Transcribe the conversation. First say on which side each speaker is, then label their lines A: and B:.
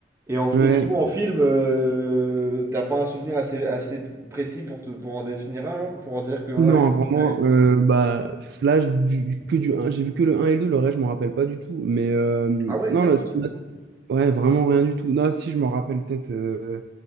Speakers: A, on the right (about 15°); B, on the right (about 60°).
A: Et, en,
B: ouais.
A: et du coup, en film, euh, t'as pas un souvenir assez, assez précis pour, te, pour en définir un, genre, pour en dire que un
B: Non,
A: est ton
B: vraiment,
A: préféré?
B: euh, bah, là, du, que du un j'ai vu que le un et le 2, le reste, je m'en rappelle pas du tout. Mais euh,
A: Ah ouais,
B: non,
A: pas
B: le-
A: du tout.
B: ouais, vraiment rien du tout. Non, si, je me rappelle peut-être, euh,